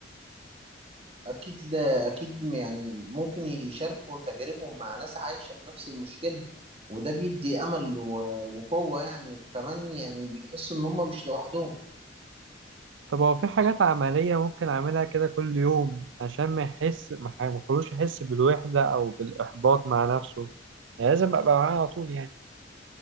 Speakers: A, on the right (about 30°); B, on the right (about 85°).
A: أكيد لا أكيد يعني ممكن يشاركوا تجاربهم مع ناس عايشة في نفس المشكلة وده بيدي أمل و- وقوة يعني وكمان يعني بيحسوا إن هم مش لوحدهم
B: طب هو في حاجات عملية ممكن أعملها كده كل يوم عشان ما يحس ما ح- ما يخلوش يحس بالوحدة أو بالإحباط مع نفسه يعني لازم أبقى معاه على طول يعني